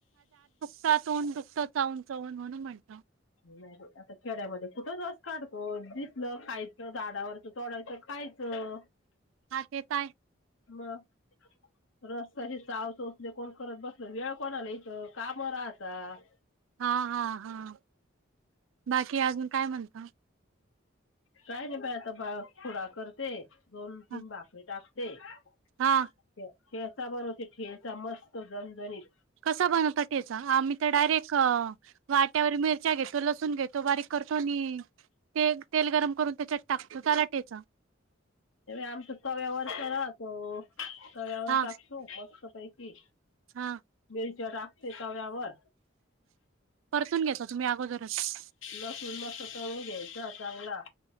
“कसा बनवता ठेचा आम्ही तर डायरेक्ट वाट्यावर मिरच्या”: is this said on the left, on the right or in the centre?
Right